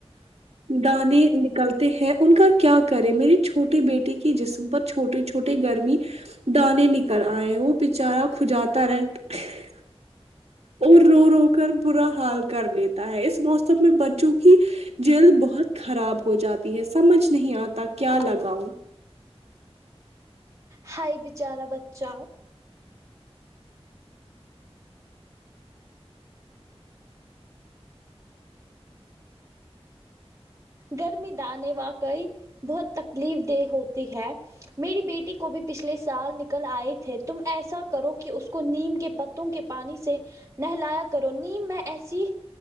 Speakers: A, on the right; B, on the right.
A: دانے نکلتے ہیں ان کا کیا کریں میری چھوٹی بیٹی کی جسم پر چھوٹے چھوٹے گرمی دانے نکل آئیں وہ بےچارا کھوجاتارہتا ہہ اور رو رو کر برا حال کر لیتا ہے اس موسم میں بچوں کی جلد بہت خراب ہو جاتی ہے سمجھ نہیں آتا کیا لگاؤ
B: ہائی بیچارا بچہ گرمی دانے واقعی بہت تکلیف دہ ہوتی ہے میری بیٹی کو بھی پچھلے سال نکل آئے تھے تم ایسا کرو کہ اس کو نیم کے پت کے پانی سے نہلایا کرو نیم میں ایسی